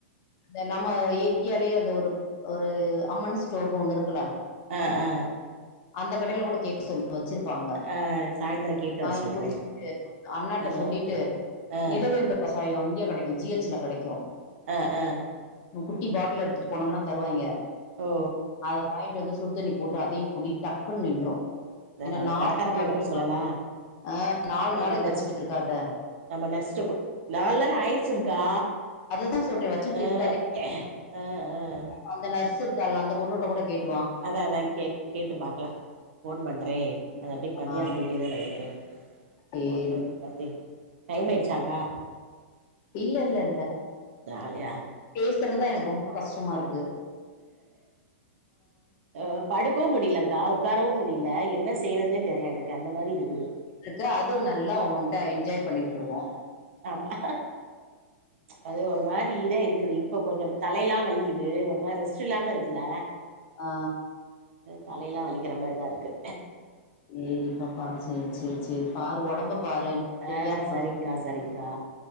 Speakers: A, on the left (about 40°); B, on the right (about 70°).
A: இந்த நம்ம ஏரியாலயே அந்த ஒரு ஒரு அம்மன் ஸ்டோர்ன்னு ஒண்ணு இருக்குல
B: அ அ
A: அந்த கடைல கூட கேக்க சொல் வச்சிருப்பாங்க
B: ஆ சாய்ந்தரோ கேட்டு
A: வாய்ங்
B: வர சொல்றே
A: குடிச்சிகிட்டு அண்ணாட்ட
B: ஆ
A: சொல்லிட்டு
B: ஆ
A: நிலவேம்பு கசாயோ இங்க கெடைக்கு ஜிஹச்ல கெடைக்கு
B: அ அ
A: ஒரு குட்டி பாட்டில் எடுத்துட்டு போனோம்னா தருவாய்ங்க
B: ஓ
A: அத வாய்ங் கொஞ்சோ வந்து சுட்தனி போட்டு அதையு குடி டக்குன் நின்றோ
B: இந்த
A: ஏன்னா
B: நம்ம
A: நாலு
B: கடக்கார பிள்ளைட்ட
A: நாலு
B: கூட
A: லா
B: சொல்லலா
A: அ நாலு
B: நம்ம
A: நாளைக்கு
B: நர்ஸ்
A: வெச்சிக்கிட்ருக்காத
B: நம்ம நர்ஸ்டக்கு நாலு நாள் ஆயிடிச்சிங்கா
A: அதுதா சொல்ற வச்சிக்கிட்டுருக்
B: அ அ அ
A: அந்த நர்ஸ்ஸு இருக்கால்ல அந்த பொண்ணுட்ட கூட கேட்
B: அதா அதா கேட் கேட்டு பாக்கலா ஃபோன் பண்றே
A: ம்
B: அதட்ட மத்யாணோ
A: ஆ
B: டூட்டி தா நெனைக்க
A: சேரி
B: ஃபோன் பண்ணி பாத்தே டைம்மாயிடிச்சாக்கா
A: இல்லல்லல்ல
B: நாளையா
A: பேசுறதா எனக்கு ரொம்ப கஷ்டமாருக்
B: அ படுக்கவு முடிலங் கா உக்காரவு முடில என்ன செய்யறதுன்னே தெர்ல எனக்கு அந்த மாரி இருக்குது
A: எக்க அது நல்லா உன்ட்ட என்ஜாய் பண்ணிட்ருக்கோ
B: ஆமா அது ஒரு மாதி இதா இருக்குது இப்போ கொஞ்சோ தலையெல்லா வலிக்குது ஒரு இது மாரி ரெஸ்ட்டு இல்லாம இருக்குல
A: ஆ
B: அ தலையெல்லா வலிக்கிற மாரி தாருக்கு
A: சேரிப்பப்பா செரி செரி செரி பாரு ஒடம்பப்பாரு செரியா
B: ஆ சரிங்க்கா
A: அ
B: சரிங்க்கா